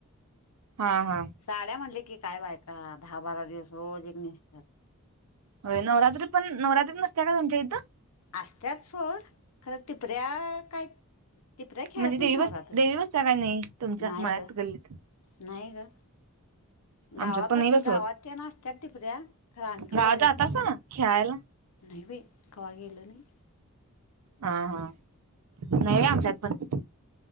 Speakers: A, on the right (about 85°); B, on the left (about 80°).
A: हा हा
B: साड्या म्हनलं की काय बायका दहा बारा दिवस रोज एक नेसत्यात.
A: व्हय नवरात्री पण नवरात्री नसत्या का तुमच्या इथं?
B: असत्यात सोड, खरं टिपऱ्या काय टिपऱ्या खेळत
A: म्हणजे देवी
B: नाहीत नवरात्रीत
A: बस देवी बसत्या का नाई, तुमच्या
B: नाही
A: मळ्यात
B: ग
A: गल्लीत?
B: नाही ग. गावात
A: आमच्यात पण
B: बसत्यात
A: नाही बसवत
B: गावात तेन आसत्यात टिपऱ्या, खरं आम्ही
A: गावात
B: कवा जाईत
A: जातासा
B: नाई.
A: खेळायला
B: नाही बाई, कवा गेलं नाई.
A: हा हा, नाई बाई आमच्यात पण